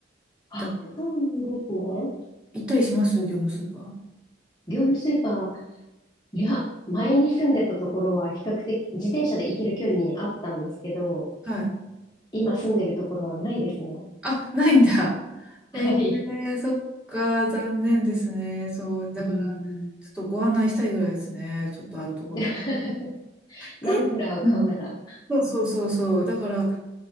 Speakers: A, on the left; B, in the centre.
A: あ、
B: だから
A: そうなんですね。
B: 行ったりします業務スーパー。
A: 業務スーパー、いや、前に住んでたところは比較的自転車で行ける距離にあったんですけど、
B: はい。
A: 今住んでるところはないですね。
B: あ、ないんだ。<laughs>
A: はい。
B: えー、そっか、残念ですね。そう、だから、
A: うん。
B: ちょっとご案内したいぐらいですね。ちょっとあるところ。
A: <laughs>
B: けうん
A: ナンプラーを買うなら、
B: そうそうそうそう。だから、